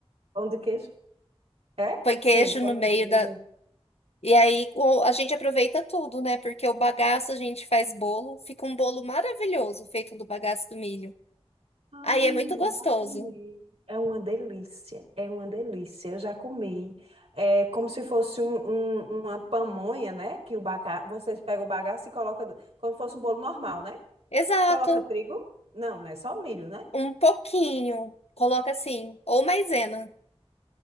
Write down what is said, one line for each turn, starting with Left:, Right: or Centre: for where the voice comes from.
Right: pão de queijo? É?
Left: põe queijo
Right: Sim, pão
Left: no
Right: de
Left: meio
Right: queijo.
Left: da E aí o- a gente aproveita tudo, né? Porque o bagaço a gente faz bolo, fica um bolo maravilhoso feito do bagaço do milho.
Right: Ah,
Left: Aí é muito
Right: mulher,
Left: gostoso.
Right: eu já comi. É uma delícia, é uma delícia. Eu já comi. É como se fosse um- um- uma pamonha, né? Que o baga... vocês pegam o bagaço e colocam como se fosse um bolo normal, né?
Left: Exato.
Right: Coloca trigo? Não, né? Só milho, né?
Left: Um pouquinho. Coloca assim, ou maisena.